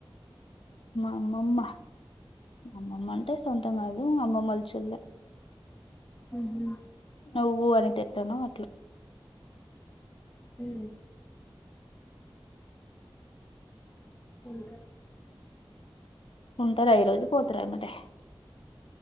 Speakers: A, on the left (about 75°); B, on the left (about 20°).
A: మా అమ్మమ్మ అమ్మమ్మ అంటే సొంతం కాదు అమ్మమ్మ వాళ్ళ చెల్లే
B: ఉహు
A: నువ్వు అనిత ఎట్లనో అట్ల
B: ఉ ఇంకా
A: ఉంటారా ఈ రోజు పోతార ఎమ్మటే